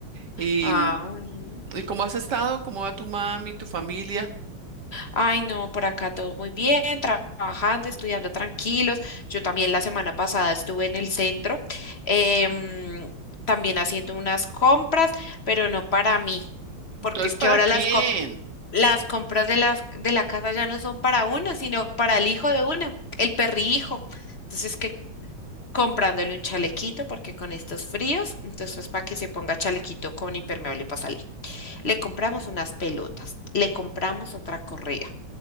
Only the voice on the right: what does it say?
¿Y,
mm,
y cómo has estado? ¿Cómo va tu mami, tu familia?
Entonces,
¿para
quién?